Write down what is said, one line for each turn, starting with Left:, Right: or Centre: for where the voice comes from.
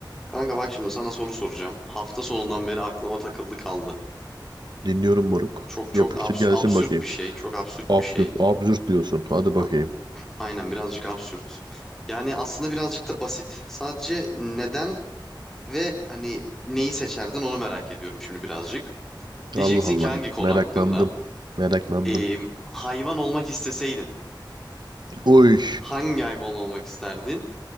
Centre: Kanka bak şimdi sana soru soracağım. Hafta sonundan beri aklıma takıldı kaldı.
Right: Dinliyorum moruk.
Centre: Çok çok
Right: Yapıştır
Centre: abs-
Right: gelsin
Centre: absürt
Right: bakayım.
Centre: bir şey. Çok absürt
Right: Absürt,
Centre: bir şey.
Right: absürt diyorsun. Hadi
Centre: A-
Right: bakayım.
Centre: Aynen birazcık absürt. Yani aslında birazcık da basit. Sadece neden ve hani neyi seçerdin onu merak ediyorum şimdi birazcık. Diyeceksin
Right: Allah Allah.
Centre: ki hangi konu
Right: Meraklandım.
Centre: hakkında?
Right: Meraklandım.
Centre: Ee, hayvan olmak isteseydin
Right: Oy.
Centre: hangi hayvan olmak isterdin?